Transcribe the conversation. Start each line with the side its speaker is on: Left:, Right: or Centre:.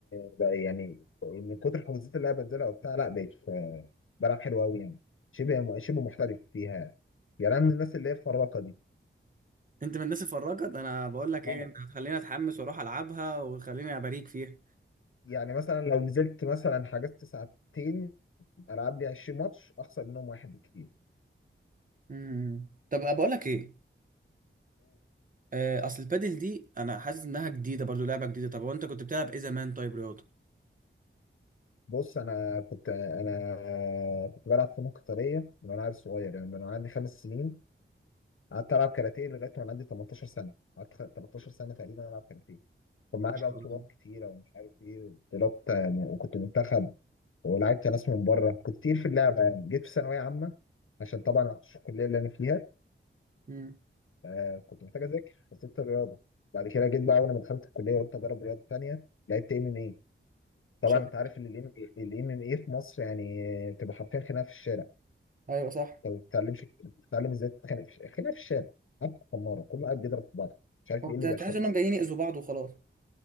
Left: بقى يعني من كتر الحجوزات اللي انا بنزلها وبتاع لا بقيت آه، بلعب حلو قوي يعني شبه شبه محترف فيها يعني أنا من الناس اللي هي الفراقه دي
Right: انت من الناس الفراجة ده انا بقول لك
Left: يعني
Right: ايه انت هتخليني اتحمس واروح العبها وتخليني اباريك فيها
Left: يعني مثلا لو نزلت مثلا حجزت ساعتين العب لي 20 ماتش اخسر منهم واحد بكتير
Right: امم طب بقول لك ايه آه، اصل البادل دي انا حاسس انها جديده برضو لعبه جديده طب هو انت كنت بتلعب ايه زمان طيب رياضه
Left: بص انا كنت انا كنت بلعب فنون قتاليه من وانا عيل صغير يعني من وانا عندي خمس سنين قعدت العب كاراتيه لغايه وانا عندي 18 سنه قعدت خ- 13 سنه تقريبا العب كاراتيه كان معايا
Right: مش
Left: بقى
Right: عارف.
Left: بطولات كتيره ومش عارف ايه بطولات وكنت منتخب ولعبت ناس من بره كنت كتير في اللعبه يعني جيت في ثانويه عامه عشان طبعا عشان الكليه اللي انا فيها
Right: امم
Left: آه كنت محتاج اذاكر فسبت الرياضه بعد كده جيت بقى اول ما دخلت الكليه قلت اجرب رياضه تانيه لعبت ام ام اي طبعا
Right: مش عارف.
Left: انت عارف ان الام ام اي في مصر يعني بتبقى حرفيا خناقه في الشارع
Right: ايوه صح
Left: انت ما بتتعلمش بتتعلم ازاي تتخانق في الخناقه في الشارع عارف خماره كله قاعد بيضرب في بعضه مش عارف
Right: هو
Left: ايه
Right: ت-
Left: اللي
Right: تحس
Left: بيحصل
Right: انهم
Left: اصلا
Right: جايين يأذوا بعض وخلاص